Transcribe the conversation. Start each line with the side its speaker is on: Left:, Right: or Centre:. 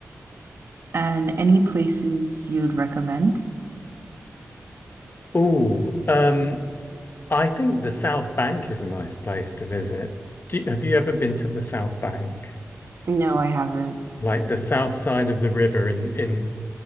Right: And any places you'd recommend?
Left: Oh, um, I think the South Bank is a nice place to visit. Do, have you ever been to the South Bank?
Right: No, I haven't.
Left: Like the south side of the river in, in